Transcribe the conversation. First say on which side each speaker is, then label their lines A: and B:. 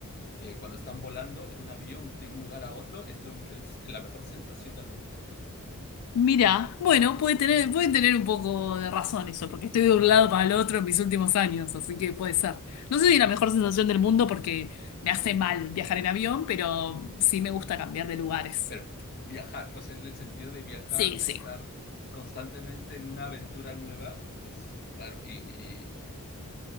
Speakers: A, on the left; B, on the left.
A: que cuando están volando en un avión de un lugar a otro es, lo, es la mejor sensación del mundo.
B: Mira, bueno, puede tener, puede tener un poco de razón eso, porque estoy de
A: Vale,
B: un lado para el otro en mis últimos años, así que puede ser. No sé si es la
A: mira,
B: mejor sensación del mundo porque me hace mal viajar en avión, pero sí me gusta cambiar de lugares.
A: pero viajar, o sea, en el sentido de viajar,
B: Sí,
A: de
B: sí.
A: estar constantemente en una aventura nueva, pues claro, y, y,